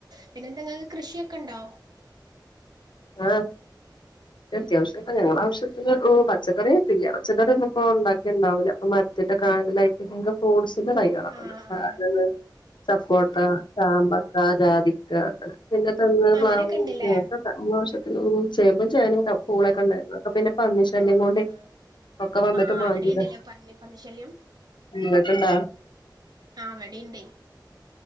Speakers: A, on the right; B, on the left.
A: പിന്നെ എന്തെങ്കി കൃഷിയൊക്കെ ഉണ്ടോ?
B: ആഹ് അത്യാവശ്യംഒക്കെ ഞങ്ങളുടെ ആവശ്യത്തിന് ഉം പച്ചക്കറിയായിട്ടില്ല പച്ചക്കറിന്നുപ്പൊ ഉണ്ടാക്കിയാൽ ഉണ്ടാവില്ല മരത്തിന്റെ കാനലായിട്ട് ഫ്രൂട്സിന്റെ തൈകളൊക്കെണ്ട്
A: ആഹ്
B: <unintelligible>
A: ആഹ്
B: സ പ്പോട്ട ചാമ്പക്ക ജാതിക്ക പിന്നെ തെങ്
A: അങ്ങനെയൊക്കെ
B: പ്ലാവ് മൂച്ചി
A: ഉണ്ടല്ലേ
B: അങ്ങൻതൊക്കെ മോശത്തിന് ഉം ചേമ്പും ചേനിം പൂളൊക്കെ
A: ആഹ്
B: ഉണ്ടായിരുന്നു ഒക്ക പിന്നെ പന്നി ശല്യം
A: ആഹ്
B: കൊണ്ടേ
A: ആഹ്
B: ഒക്കെ വന്നിട്ട്
A: ആഹ്
B: മാന്തിതാ
A: അവിടെയുണ്ടല്ലേ പന്നി പന്നിശല്യം
B: ഇങ്ങക്കിണ്ട?
A: ആഹ് ഇവടിണ്ടേ